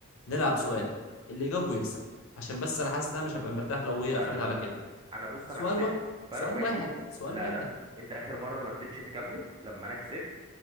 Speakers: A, on the left; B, on the right.
A: نلعب سؤال اللي يجاوبه يكسب عشان بس انا حاسس ان انا مش هبقى مرتاح لو
B: لا
A: هي قفلت
B: لا
A: على
B: لا
A: كده
B: انا بص
A: سؤال
B: انا كسبت
A: واحد
B: فرق
A: سؤال
B: واحد
A: واحد سؤال
B: لا
A: واحد
B: لا انت اخر مرة ما رضيتش تكمل لما انا كسبت